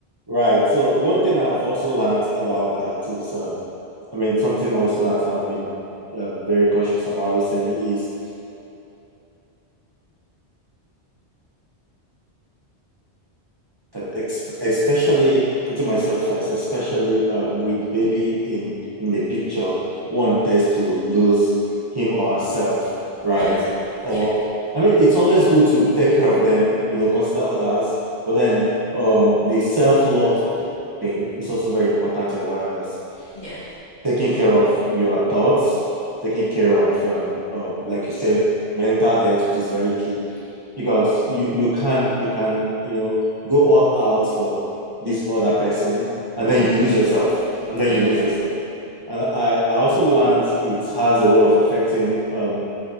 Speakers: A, on the right; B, on the left.
A: Right. So one thing I've also learned about that is, um, I mean, something also that I've been um, very conscious about recently is, ex especially putting myself first, especially um, with the baby in in the picture, one tends to lose him or herself, right?
B: Yeah,
A: Or
B: yeah,
A: I mean, it's always good to take care of them, you know, consider others, but then um, the self-love thing is also very important in wellness.
B: yeah.
A: taking care of your thoughts, taking care of, um, um, like you said, mental health, which is very key, because you you can you can you know go all out for this other person, and then
B: hmm
A: you lose yourself, and then
B: Yeah.
A: you lose yourself. And I I also learned it has a way of affecting um